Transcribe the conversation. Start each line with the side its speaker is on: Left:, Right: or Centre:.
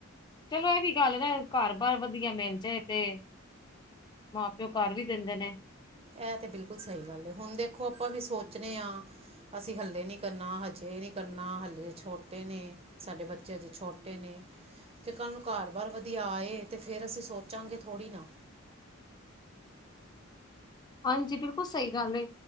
Left: ਚਲੋ ਐ ਵੀ ਗਾਲ ਏ ਨਾ ਘਾਰ ਬਾਰ ਵਧੀਆ ਮਿਲ ਜਾਏ ਤੇ ਮਾਂ-ਪਿਓ ਕਰ ਵੀ ਦਿੰਦੇ ਨੇ।
Right: ਐ ਤਾਂ ਬਿਲਕੁਲ ਸਹੀ ਗੱਲਏ, ਹੁਣ ਦੇਖੋ ਆਪਾਂ ਵੀ ਸੋਚ ਰੇਆਂ ਅਸੀਂ ਹੱਲੇ ਨਈ ਕਰਨਾ, ਹਜੇ ਨਈ ਕਰਨਾ, ਹੱਲੇ ਛੋਟੇ ਨੇ। ਸਾਡੇ ਬੱਚੇ ਅਜੇ ਛੋਟੇ ਨੇ, ਜੇ ਕੱਲ ਨੂੰ ਘਰ ਬਾਰ ਵਧੀਆ ਆਏ- ਤੇ, ਫਿਰ ਅਸੀਂ ਸੋਚਾਂਗੇ ਥੋੜ੍ਹੀ ਨਾ।
Left: ਹਾਂਜੀ, ਬਿਲਕੁਲ ਸਹੀ ਗੱਲ ਏ